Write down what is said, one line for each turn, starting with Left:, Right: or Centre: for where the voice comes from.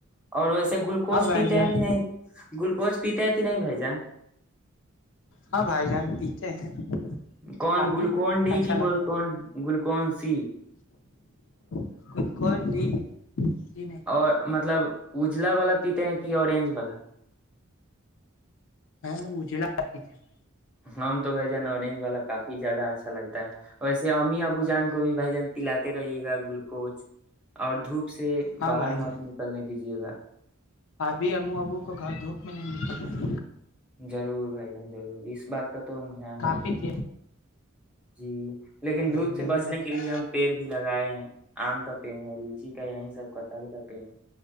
Centre: اور ایسے گلوکوز
Left: ہاں بھائی
Centre: پیتے
Left: جان
Centre: ہیں کہ نہیں گلوکوز پتا کی نہیں بائی جان
Left: ہاں بھائی جان پیھتے ہیں
Centre: کون
Left: کافی
Centre: گلوکون ڈی
Left: اچھا
Centre: کی
Left: لگتا
Centre: گکون گلوکون سی
Left: ہے گلوکون ڈی نہیں
Centre: اور مطلب اجلا والا پیتے ہیں کی آرینج والا
Left: ہاں اجلا آی تے بھ
Centre: ہم تو بھائی جان اورنج والا کافی زیادہ اچھا لگتا ہے ویسے امی ابو جان کو بھی بھائی جان تلاات رہیے گا گلوکوز <unintelligible> اور دھوپ <unintelligible> سے
Left: ہاں
Centre: باہر
Left: بھائی جان
Centre: مت نکلنے دیجیے جیے گا <unintelligible>
Left: ابھی امو ابو کو گھر دھوپ میں نہیں نکل رہ تھ
Centre: ضرور بھائی جان ضرور اس بات کا تو دھیان
Left: کافی
Centre: رکھیں <unintelligible>
Left: تیز
Centre: جی لیکن
Left: ہاں بھائی
Centre: دھوپ
Left: جان
Centre: سے
Left: ضرور
Centre: بچنے
Left: دیکھیے
Centre: کے لیے ہم پیڑ بھی لگائے ہیں آم کا پیڑ ہے لچی کیا یہیں سب کتال کرتے ہیں